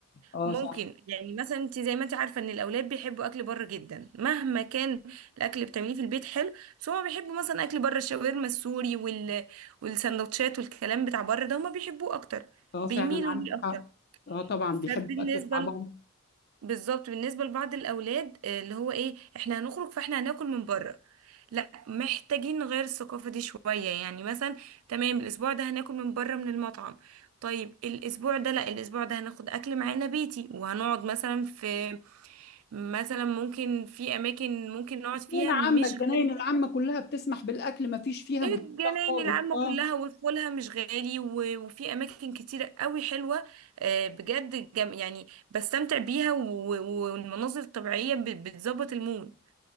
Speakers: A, on the left; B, on the right.
A: اه
B: ممكن
A: صح
B: يعني مثلا انت زي ما انت عارفه ان الاولاد بيحبوا اكل بره جدا مهما كان الاكل بتعمليه في البيت حلو بس هما بيحبوا مثلا اكل بره الشاورما السوري وال والسندوتشات والكلام بتاع بره ده هما بيحبوه اكتر
A: اه
B: بيميلوا
A: فعلا عندك
B: ليه اكتر
A: حق اه طبعا بيحبوا
B: فبالنسبه
A: الاكل بتاع بابا
B: بالظبط بالنسبة لبعض الأولاد آه، اللي هو إيه إحنا هنخرج فإحنا هناكل من بره لا محتاجين نغير الثقافة دي شوية يعني مثلا تمام الأسبوع ده هناكل من بره من المطعم طيب الأسبوع ده لا الأسبوع ده هناخد أكل معانا بيتي وهنقعد مثلا في مثلا ممكن في أماكن ممكن نقعد فيها
A: جناين عامة
B: مش
A: الجناين
B: غالية
A: العامة كلها بتسمح بالأكل ما فيش فيها
B: إيه
A: مشكلة
B: الجناين
A: خالص
B: العامة
A: اه
B: كلها ودخولها مش غالي و- وفي أماكن كتيرة قوي حلوة آه، بجد جم يعني بستمتع بيها و- والمناظر الطبيعية ب- بتظبط المود